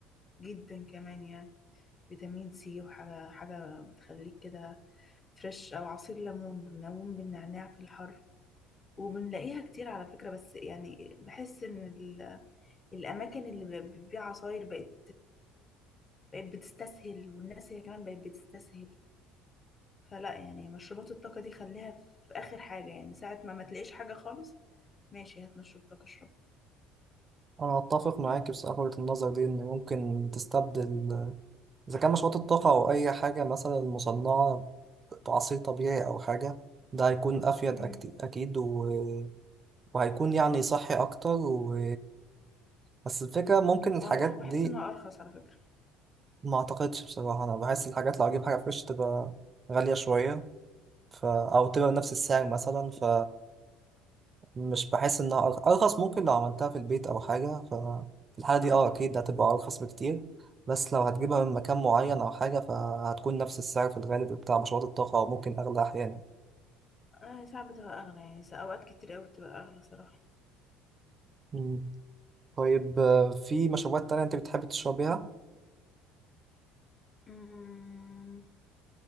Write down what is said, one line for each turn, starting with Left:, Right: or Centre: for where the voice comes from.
Left: جدا كمان يعني فيتامين سي وحاجة حاجة بتخليك كده فريش أو عصير ليمون ليمون بالنعناع في الحر وبنلاقيها كتير على فكرة بس يعني بحس إن ال- الأماكن اللي ب- بتبيع عصاير بقت بقت بتستسهل والناس هي كمان بقت بتستسهل فلا يعني مشروبات الطاقة دي خليها في آخر حاجة يعني ساعة ما ما تلاقيش حاجة خالص ماشي هات مشروب طاقة اشربه
Right: أنا أتفق معاك بصراحة وجهة النظر دي إن ممكن تستبدل إذا كان مشروبات الطاقة أو أي حاجة مثلا مصنعة بعصير طبيعي أو حاجة ده هيكون أفيد
Left: امم
Right: أكت- أكيد و... وهيكون يعني صحي أكتر و... بس الفكرة ممكن الحاجات
Left: اه بحس
Right: دي
Left: ان هو ارخص على فكرة
Right: ما اعتقدش بصراحة انا بحس الحاجات لو اجيب حاجة فريش تبقى غالية شوية ف... او تبقى بنفس السعر مثلا ف مش بحس انها أرخ- ارخص ممكن لو عملتها في البيت او حاجة ف في الحالة دي
Left: اه
Right: اه اكيد هتبقى ارخص بكتير بس لو هتجيبها من مكان معين او حاجة فهتكون نفس السعر في الغالب بتاع مشروبات الطاقة او ممكن اغلى احيانا
Left: اه ساعات بتبقى اغلى يعني سا- اوقات كتير قوي بتبقى اغلى صراحة
Right: مم. طيب آه، في مشروبات تانية انت بتحب تشربيها
Left: امم